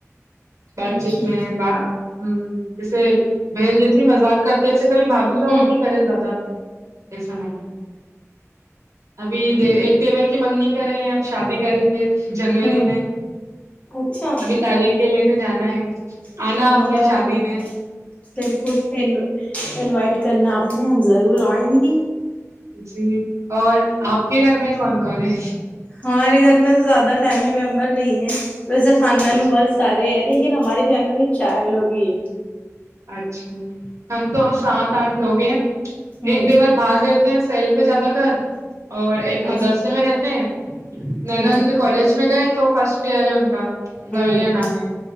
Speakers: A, on the left; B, on the right.
A: اللہ
B: بات
A: اچھا
B: چیت میں ھممم جیسے بہن جیسے مذاق کرتے ایسے کبھی وہ کہ
A: ہوں
B: نہیں کرے زیادہ ایسا ماحول ابھی ایک دیور کی منگنی کرے ہیں شادی کریں گے جنوری
A: ہوں
B: میں
A: اچھا
B: ابھی تاریخ کے لینا جانا ہے
A: <unintelligible>
B: آنا آپ نے شادی میں
A: بالکل ان انوائٹ کرنا آپ نے ہم ضرور آئیں گی
B: جی اور آپ کے گھر میں کون کون ہے
A: ہمارے گھر میں زیادہ فیملی ممبر نہیں ہے تو ایسے خاندان
B: اچھا
A: میں بس سارے ہیں لیکن ہماری فیملی میں چار لوگ ہی ہیں
B: اچھا ہم تو سات آٹھ لوگ ہیں ایک
A: ہوں
B: دیوار باہر پھر سیل پہ زیادہ کر اور ایک
A: اچھا
B: مدرسے میں رہتے ہیں
A: ہوں
B: نند کالج میں گئے تو فرسٹ کیئر ہیں ان کا جوریہ
A: ہوں ہوں
B: نام ہے